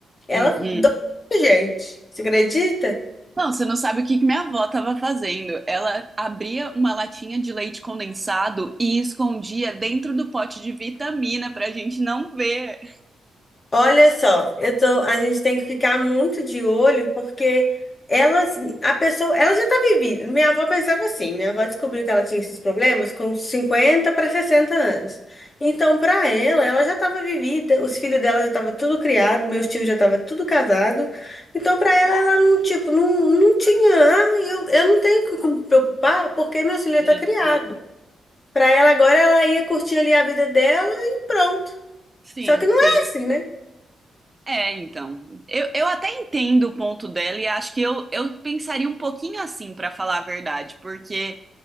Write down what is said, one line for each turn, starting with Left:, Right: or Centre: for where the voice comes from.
Left: Ela
Right: uhum.
Left: dó, gente. Você acredita?
Right: Não, você não sabe o que que minha avó estava fazendo. Ela abria uma latinha de leite condensado e escondia dentro do pote de vitamina para a gente não ver.
Left: Olha só, eu tô, a gente tem que ficar muito de olho porque elas, a pessoa, ela já tá vivida. Minha avó pensava assim, minha avó descobriu que ela tinha esses problemas com 50 para 60 anos. Então, para ela, ela já estava vivida, os filhos dela já estavam tudo criado, meus tios já estavam tudo casado. Então, para ela, ela não, tipo, não, não tinha, ah, eu, eu não tenho que me preocupar porque meu filho
Right: Entendi.
Left: tá criado. Para ela agora, ela ia curtir ali a vida dela e pronto.
Right: Sim,
Left: Só que não
Right: sim.
Left: é assim, né?
Right: É, então. Eu, eu até entendo o ponto dela e acho que eu, eu pensaria um pouquinho assim, para falar a verdade, porque.